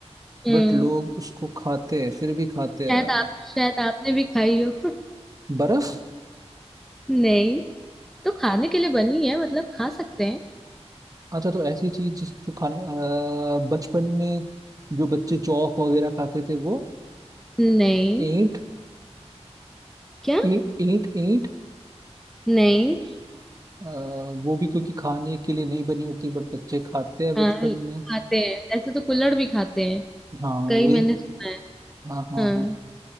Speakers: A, in the centre; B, on the right.
A: हम्म
B: बट लोग उसको खाते हैं फिर भी खाते
A: शायद
B: हैं
A: आप शायद आपने भी खाई हो <laughs>
B: बर्फ
A: नहीं तो खाने के लिए बनी है मतलब खा सकते हैं
B: अच्छा तो ऐसी चीज जिस- जो खाने अ, बचपन में जो बच्चे चौक वगैरह खाते थे वो
A: नहीं
B: ईंट
A: क्या
B: ईंट ईंट ईंट
A: नहीं
B: अ, वो भी क्योंकि खाने के लिए नहीं बनी होती बट बच्चे खाते हैं बचपन
A: हाँ
B: में
A: खाते हैं ऐसे तो कुल्हड़ भी खाते हैं
B: हाँ
A: कई
B: वही
A: मैंने सुना है
B: हाँ हाँ
A: हाँ
B: हाँ